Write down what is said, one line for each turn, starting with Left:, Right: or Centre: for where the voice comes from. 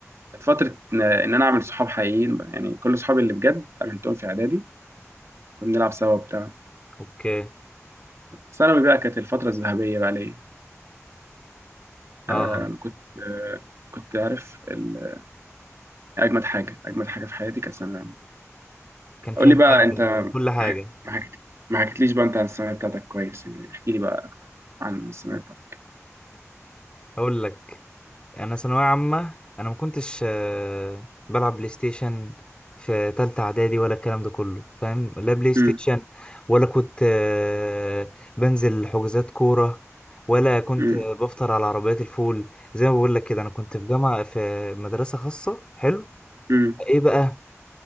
Right: كانت فتره ان إن انا اعمل صحاب حقيقيين بقى يعني كل صحابي اللي بجد عملتهم في اعدادي كنا بنلعب سوا وبتاع
Left: اوكي
Right: ثانوي بقى كانت الفترة الذهبية بقى ليا
Left: اه
Right: آه كنت آه كنت عارف ال- أجمد حاجة أجمد حاجة في حياتي كانت ثانوية عامة
Left: كان فيها
Right: قول لي بقى
Left: بقى
Right: أنت ما
Left: كل حاجه
Right: حك- ما حك- ما حكيتليش بقى أنت عن الثانوية بتاعتك كويس يعني احكي لي بقى أكتر عن الثانوية بتاعتك
Left: اقول لك يعني انا ثانويه عامه انا ما كنتش آه، بلعب بلاي ستيشن في تالتة اعدادي ولا الكلام ده كله فاهم لا بلاي ستيشن
Right: أمم
Left: ولا كنت آه، بنزل حجوزات كوره ولا كنت
Right: أمم
Left: بفطر على عربيات الفول زي ما بقول لك كده انا كنت في جامعه في مدرسه خاصه حلو
Right: أمم
Left: ايه بقى